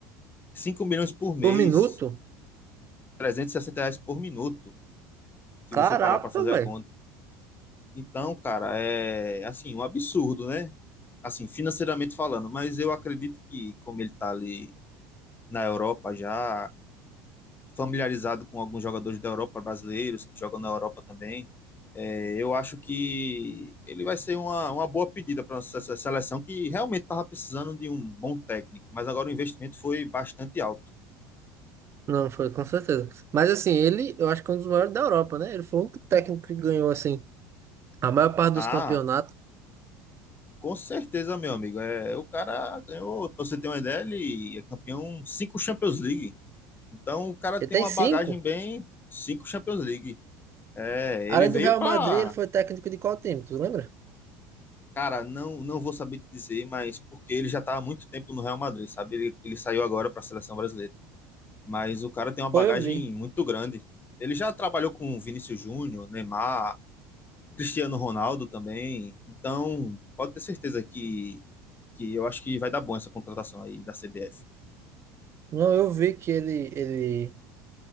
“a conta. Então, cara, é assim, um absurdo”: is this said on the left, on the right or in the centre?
Left